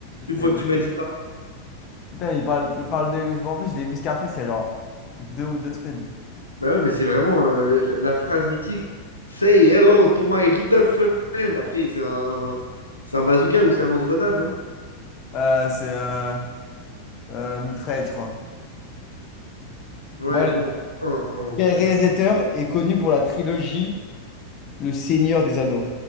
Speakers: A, on the left; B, on the left.
A: c'est-
B: Une fois que tu m'as dit ça.
A: Putain, il parle, il parle de. Je m'en rappelle, je l'ai vu Scarface il y a genre deux, deux semaines.
B: Bah ouais, mais c'est vraiment euh, la, la phrase mythique. Say hello to my little friend. Après, c'est un, c'est un bazooka ou c'est un lance-grenade, non?
A: Euh, c'est euh, euh, Mitraillette, je crois.
B: Ouais,
A: Bon, allez.
B: bon. Euh,
A: Quel
B: C'est
A: réalisateur
B: c'est
A: est connu pour la trilogie Le Seigneur des Anneaux?